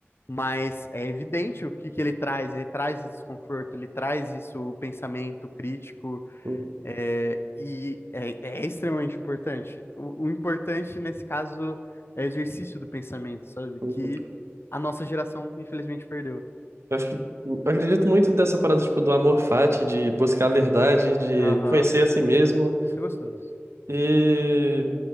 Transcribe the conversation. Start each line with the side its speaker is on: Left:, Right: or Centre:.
Left: mas é evidente o que, que ele traz. Ele traz esse desconforto, ele traz isso, o pensamento crítico,
Right: uhum.
Left: é, e é, é extremamente importante. O, o importante, nesse caso, é o exercício do pensamento, sabe?
Right: uhum.
Left: Que a nossa geração, infelizmente, perdeu.
Right: Eu acho que eu acredito muito dessa parada, tipo, do amor fati, de buscar a verdade, de
Left: Aham,
Right: conhecer a si mesmo.
Left: isso é gostoso.
Right: E